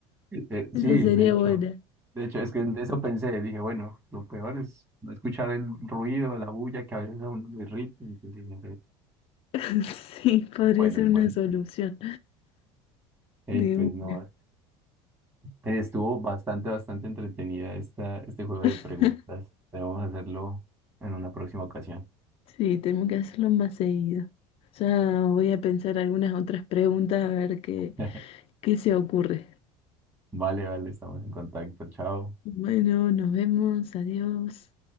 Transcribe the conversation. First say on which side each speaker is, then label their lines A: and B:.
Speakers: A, on the right; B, on the left.
A: eh, eh,
B: Eso
A: sí,
B: sería
A: de hecho,
B: buena.
A: de hecho, es que en eso pensé, dije, bueno, lo peor es no escuchar el ruido, la bulla, que a veces a uno lo irrita, entonces no sé.
B: <laughs> Sí, podría
A: es Bueno,
B: ser
A: es
B: una
A: bueno.
B: solución.
A: Ey,
B: De
A: pues
B: una.
A: no, eh, estuvo bastante, bastante entretenida esta, este juego de preguntas.
B: <laughs>
A: Debemos hacerlo en una próxima ocasión.
B: Sí, tenemos que hacerlo más seguido. Ya voy a pensar algunas otras preguntas a ver qué,
A: <laughs>
B: qué se ocurre.
A: Vale, vale, estamos en contacto. Chao.
B: Bueno, nos vemos, adiós.